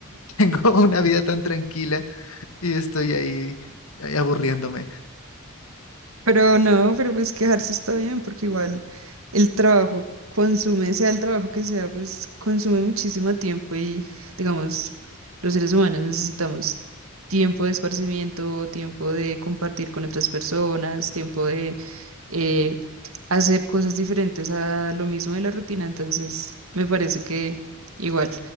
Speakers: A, on the left (about 85°); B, on the right (about 75°).
A: <laughs> tengo una vida tan tranquila y estoy ahí, ahí aburriéndome.
B: Pero no, pero pues quejarse está bien, porque igual el trabajo consume, sea el trabajo que sea, pues consume muchísimo tiempo y digamos, los seres humanos necesitamos tiempo de esparcimiento, tiempo de compartir con otras personas, tiempo de eh, hacer cosas diferentes a lo mismo de la rutina. Entonces, me parece que igual